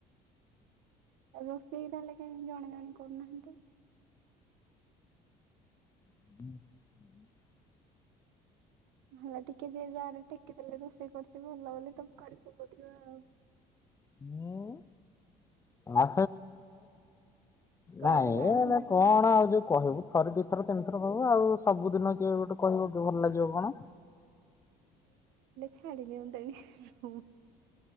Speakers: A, on the right; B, on the left.
A: ରୋଷେଇ ତାହେଲେ କାହିଁକି ଜଣେ ଜଣେ କରୁନାହାନ୍ତି।
B: <unintelligible>
A: ଭଲ ଟିକେ ଯିଏ ଯାରେ ଟେକିଦେଲେ। ରୋଷେଇ କରିଛି ଭଲ ବୋଲି ତମେ କରି ପଉଥିବ ଆଉ।
B: ମୁଁ। ଆ
A: କହିଲି
B: ନାଇଁ
A: ବା ଆମ
B: ଏ
A: ଝି
B: କଣ ଆଉ ଯୋଉ କହିବୁ ଥରେ ଦି ଥର ତିନିଥର କହିବୁ। ଆଉ ସବୁଦିନ କିଏ ଗୋଟେ କହିବ ଭଲ ଲାଗିବ କଣ।
A: ଛାଡ଼ି ଦିଅନ୍ତାଣି।